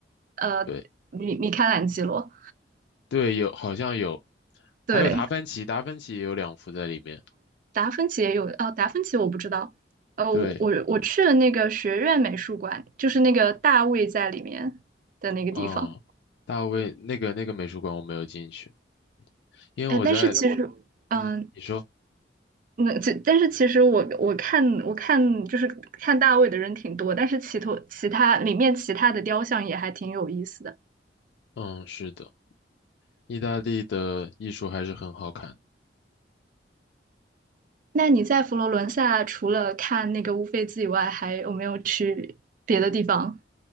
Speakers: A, on the right; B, on the left.
A: 呃，
B: 对
A: 米米开朗基罗，
B: 对，有好像有，
A: 对，
B: 还有达芬奇，达芬奇也有两幅在里面，
A: 达芬奇也有。哦，达芬奇我不知道。呃，
B: 对，
A: 我我我去了那个学院美术馆，就是那个大卫在里面的那个地方。
B: 嗯，大卫那个那个美术馆我没有进去，因为我在
A: 哎，但是其实，嗯，
B: 嗯，你说
A: 那其但是其实我我看我看就是看大卫的人挺多，但是其头其他里面其他的雕像也还挺有意思的。
B: 嗯是的，意大利的艺术还是很好看，
A: 那你在佛罗伦萨除了看那个乌菲兹以外，还有没有去别的地方？